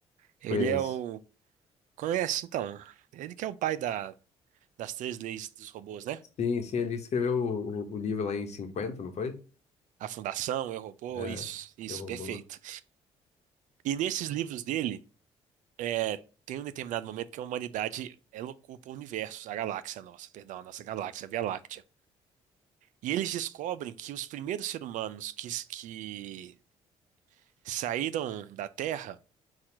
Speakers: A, on the right; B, on the left.
A: Ele
B: Conheço.
A: é o, conhece então, ele que é o pai da, das três leis dos robôs, né?
B: Sim, sim, ele escreveu o, o- o livro lá em 50, não foi?
A: A Fundação, Eu, Robô,
B: É,
A: isso, isso,
B: eu roubo.
A: perfeito.
B: né?
A: E nesses livros dele é, tem um determinado momento que a humanidade ela ocupa o universo, a galáxia nossa, perdão, a nossa galáxia, a Via Láctea. E eles descobrem que os primeiros seres humanos que, que saíram da Terra,